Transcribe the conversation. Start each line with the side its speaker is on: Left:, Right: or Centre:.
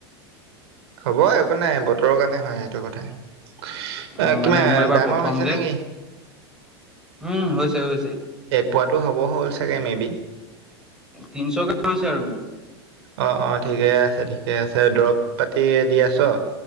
Right: হ'ব একো নাই বতৰৰ কাৰণে হয় সেইটো কথা। এ
Centre: অ মানে
Right: কিমান
Centre: মোৰ এইবাৰ
Right: ডাঙৰ
Centre: প্ৰথম
Right: হৈছে
Centre: যে
Right: নেকি।
Centre: উম হৈছে- হৈছে।
Right: এক পোৱাটো হ'ব হ'ল চাগে মেবি।
Centre: তিনিশ কাম আছে আৰু মোৰ।
Right: অ'- অ' ঠিকে আছে-ঠিকে আছে দৰৱ পাতি দি আছ।